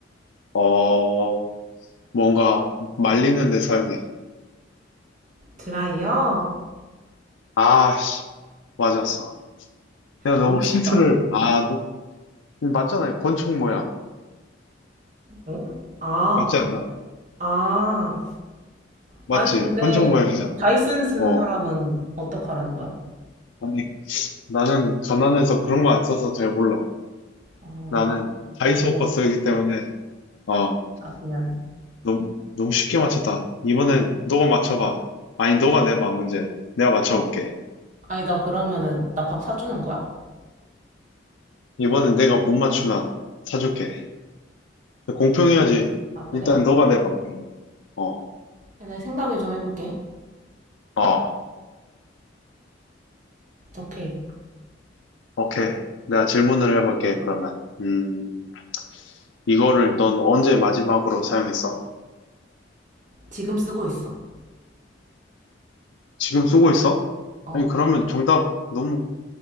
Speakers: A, on the left; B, on the right.
A: 어, 뭔가 말리는 데 사용해.
B: 드라이어?
A: 아, 씨, 맞았어. 내가 너무
B: 너무 쉽다.
A: 힌트를, 아, 너, 맞잖아. 권총 모양.
B: 어? 아,
A: 맞지 않나?
B: 아.
A: 맞지?
B: 아니, 근데
A: 권총 모양이잖아.
B: 다이슨 쓰는
A: 어.
B: 사람은 어떡하라는 거야?
A: 아니, 나는 가난해서 그런 거 안 써서 잘 몰라.
B: 아,
A: 나는 다이소
B: 아, 미안.
A: 거 쓰기 때문에, 어,
B: 아, 미안.
A: 너무, 너무 쉽게 맞췄다. 이번엔 너가 맞춰봐. 아니, 너가 내봐, 문제. 내가 맞춰볼게.
B: 아니, 나 그러면은 나 밥 사주는 거야?
A: 이번에 내가 못 맞추면 사줄게. 공평해야지.
B: 아, 그래?
A: 일단 너가 내봐, 그러면. 어,
B: 내가 생각을 좀 해볼게.
A: 어,
B: 오케이.
A: 오케이. 내가 질문을 해볼게, 그러면. 음, 이거를 넌 언제 마지막으로 사용했어?
B: 지금 쓰고 있어.
A: 지금 쓰고 있어?
B: 어,
A: 아니, 그러면 정답 너무,